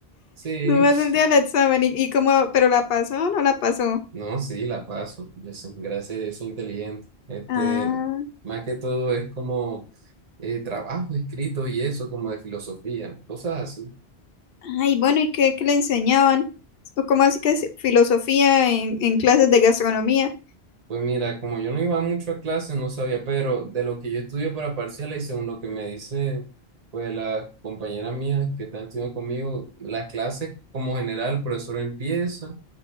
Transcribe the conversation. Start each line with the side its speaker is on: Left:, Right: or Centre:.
Right: sí,
Left: Nomás
Right: <laughs>
Left: el día del examen. ¿Y, y cómo, pero la pasó o no la pasó?
Right: no, sí, la paso. Yo soy, gracias a Dios, soy inteligente. Este,
Left: Ah.
Right: más que todo es como eh, trabajos escritos y eso, como de filosofía, cosas así.
Left: Ay, bueno, ¿y qué, qué le enseñaban? ¿O cómo así que es filosofía en, en clases de gastronomía?
Right: Pues mira, como yo no iba mucho a clases, no sabía, pero de lo que yo estudio para parciales y según lo que me dice, pues las compañeras mías que están estudiando conmigo, las clases como general, el profesor empieza,